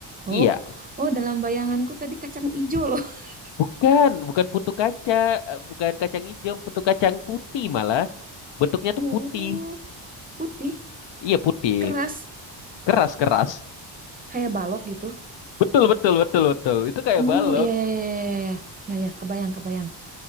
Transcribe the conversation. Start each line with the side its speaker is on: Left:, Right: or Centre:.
Left: Iya,
Right: Oh, oh dalam bayanganku tadi kacang ijo loh. <laughs>
Left: bukan, bukan putu kaca, eh, bukan kacang hijau, putu kacang putih malah. Bentuknya
Right: Oh,
Left: tuh putih.
Right: putih,
Left: Iya putih,
Right: keras,
Left: keras-keras.
Right: kayak balok gitu.
Left: Betul, betul, betul, betul. Itu kayak
Right: Oh,
Left: balok.
Right: iya iya iya iya iya. Ya ya, kebayang kebayang.